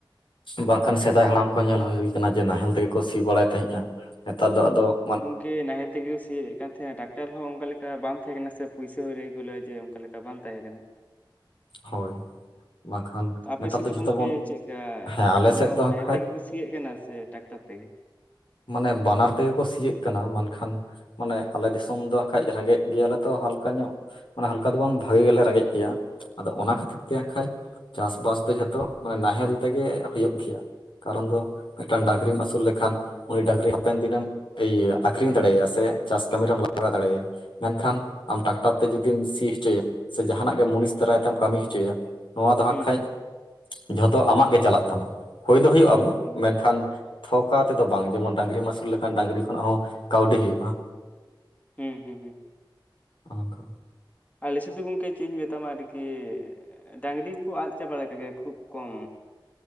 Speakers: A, on the left; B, on the left.
A: ᱵᱟᱝᱠᱷᱟᱱ ᱥᱮᱫᱟᱭ ᱦᱟᱲᱟᱢ ᱠᱚ ᱧᱮᱞ ᱦᱩᱭ ᱠᱟᱱᱟ ᱡᱮ ᱱᱟᱦᱮᱞ ᱛᱮᱜᱮ ᱠᱚ ᱥᱤ ᱵᱟᱲᱟᱭ ᱛᱟᱦᱮᱸᱜᱼᱟ ᱦᱮᱛᱟᱨ ᱫᱚ ᱟᱫᱚ ᱢᱟᱱ
B: ᱠᱮ ᱱᱟᱦᱮᱞ ᱛᱮᱜᱮ ᱥᱤᱭᱮᱫ ᱠᱟᱱ ᱛᱟᱦᱮᱸᱫ ᱴᱟᱠᱴᱟᱨ ᱦᱚᱸ ᱚᱱᱠᱟ ᱞᱮᱠᱟ ᱵᱟᱝ ᱛᱟᱦᱮᱸ ᱠᱟᱱᱟ ᱥᱮ ᱯᱩᱭᱥᱟᱹ ᱦᱩᱭ ᱨᱮ ᱞᱟᱹ ᱡᱮ ᱚᱱᱠᱟ ᱞᱮᱠᱟ ᱠᱟ ᱵᱟᱝ ᱛᱟᱦᱮᱸ ᱠᱟᱱᱟ
A: ᱦᱳᱭ ᱵᱟᱝᱠᱷᱟᱱ
B: ᱟᱯᱮ
A: ᱱᱮᱛᱟᱨ
B: ᱥᱮᱫ ᱫᱚ
A: ᱡᱷᱚᱛᱚ
B: ᱜᱚᱝᱠᱮ
A: ᱵᱚᱱ
B: ᱪᱮᱫᱠᱟ
A: ᱦᱮᱸ ᱟᱞᱮ
B: ᱮᱠᱷᱚᱱᱚ
A: ᱥᱮᱫ ᱫᱚ ᱦᱟᱸᱜ
B: ᱱᱟᱦᱮᱞ
A: ᱠᱷᱟᱡ
B: ᱛᱮᱜᱮ ᱠᱚ ᱥᱤᱭᱮᱜ ᱠᱟᱱᱟ ᱥᱮ ᱴᱟᱠᱴᱟᱨ ᱛᱮᱜᱮ
A: ᱢᱟᱱᱮ ᱵᱟᱱᱟᱨ ᱛᱮᱜᱮ ᱠᱚ ᱥᱤᱭᱟᱹᱜ ᱠᱟᱱᱟ ᱢᱮᱱᱠᱷᱟᱱ ᱢᱟᱱᱮ ᱟᱞᱮ ᱫᱤᱥᱚᱢ ᱫᱚ ᱠᱷᱟᱡ ᱨᱮᱸᱜᱮᱡ ᱜᱮᱭᱟ ᱞᱮ ᱛᱚ ᱦᱟᱞᱠᱟ ᱧᱚᱜ ᱢᱟᱱᱮ ᱦᱟᱞᱠᱟ ᱫᱚ ᱵᱟᱝ ᱵᱷᱟᱜᱮ ᱜᱮᱞᱮ ᱨᱮᱸᱜᱮᱡ ᱜᱮᱭᱟ ᱟᱫᱚ ᱚᱱᱟ ᱠᱷᱟᱹᱛᱤᱨ ᱛᱮ ᱟᱸᱜᱠᱷᱟᱡ ᱪᱟᱥ ᱵᱟᱥ ᱛᱮ ᱡᱚᱛᱚ ᱱᱟᱦᱮᱞ ᱛᱮᱜᱮ ᱦᱩᱭᱩᱜ ᱜᱮᱭᱟ᱾ ᱠᱟᱨᱚᱱ ᱫᱚ ᱢᱤᱫᱴᱟ. ᱝ ᱰᱟ. ᱝᱜᱨᱤᱢ ᱟᱹᱥᱩᱞ ᱞᱮᱠᱷᱟᱱ᱾ ᱩᱱᱤ ᱰᱟ. ᱝᱨᱤ ᱦᱟᱯᱮᱱ ᱫᱤᱱᱟ. ᱢ ᱮᱭ ᱟ. ᱠᱷᱨᱤᱧ ᱫᱟᱲᱮᱟᱭᱟ ᱥᱮ ᱪᱟᱥ ᱠᱟᱹᱢᱤ ᱨᱮᱢ ᱞᱟᱜᱟᱣ ᱫᱟᱲᱮᱟᱭᱟ᱾ ᱢᱮᱱᱠᱷᱟᱱ ᱟᱢ ᱴᱟᱠᱴᱟᱨ ᱛᱮ ᱡᱩᱫᱤᱢ ᱥᱤ ᱦᱚᱪᱚᱮᱭᱟ ᱥᱮ ᱡᱟᱦᱟᱱᱟᱜ ᱜᱮ ᱢᱩᱱᱤᱥ ᱫᱟᱨᱟᱭ ᱛᱮᱢ ᱠᱟᱹᱢᱤ ᱦᱚᱪᱚᱭᱟ᱾ ᱱᱚᱣᱟ ᱫᱚ ᱦᱟᱸᱜ
B: ᱦᱩᱸ
A: ᱠᱷᱟᱡ
B: ᱦᱩᱸ
A: ᱡᱷᱚᱛᱚ ᱟᱢᱟᱜ ᱜᱮ ᱪᱟᱞᱟᱜ ᱛᱟᱢᱟ ᱩᱳᱭ ᱫᱚ ᱦᱩᱭᱩᱜᱼᱟ
B: ᱦᱳᱭ ᱦᱳᱭ
A: ᱢᱮᱱᱠᱷᱟᱱ ᱛᱷᱚᱠᱟ ᱛᱮᱫᱚ ᱵᱟᱝ ᱡᱮᱢᱚᱱ ᱰᱟ. ᱝᱜᱨᱤᱢ ᱟᱹᱥᱩᱞ ᱞᱮᱠᱷᱟᱱ ᱰᱟᱝᱜᱨᱤ ᱠᱷᱚᱱᱟᱜ ᱦᱚᱸ ᱠᱟᱹᱣᱰᱤ ᱦᱩᱭᱩᱜᱼᱟ᱾
B: ᱦᱩᱸ ᱦᱩᱸ ᱦᱩᱸ᱾
A: <inaudible>
B: ᱟᱞᱮ ᱥᱤᱫ ᱫᱩ ᱜᱚᱝᱠᱮ ᱪᱮᱫ ᱤᱧ ᱢᱮᱛᱟᱢᱟ ᱟ. ᱰᱤᱜᱮ ᱰᱟ. ᱝᱜᱨᱤ ᱠᱚ ᱟᱫ ᱪᱟᱵᱟ ᱞᱮᱠᱟᱜᱮ ᱠᱷᱩᱵ ᱠᱚᱢ